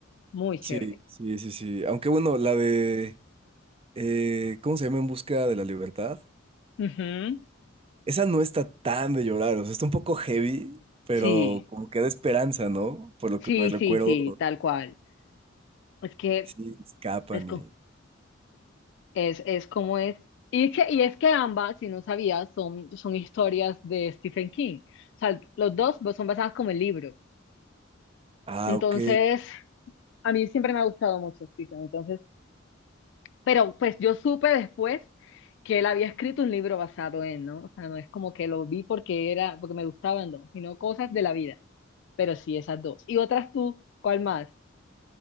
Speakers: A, on the left; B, on the right.
A: muy
B: Sí,
A: chévere.
B: sí, sí, sí. Aunque bueno, la de... eh, ¿cómo se llama? En busca de la libertad.
A: Ujú,
B: Esa no está tan de llorar, o sea, está un poco heavy, pero
A: Sí,
B: como que da esperanza, ¿no? Por lo
A: sí,
B: que me recuerdo,
A: sí, sí, tal cual. Es que
B: sí, escapan
A: es, co-
B: y...
A: es, es como es. Y es que, y es que ambas, si no sabías, son, son historias de Stephen King. O sea, los dos son basadas como el libro.
B: Ah,
A: Entonces,
B: ok.
A: a mí siempre me ha gustado mucho Stephen. Entonces, pero pues yo supe después que él había escrito un libro basado en, ¿no? O sea, no es como que lo vi porque era, porque me gustaban dos, sino cosas de la vida. Pero sí, esas dos. Y otras tú, ¿cuál más?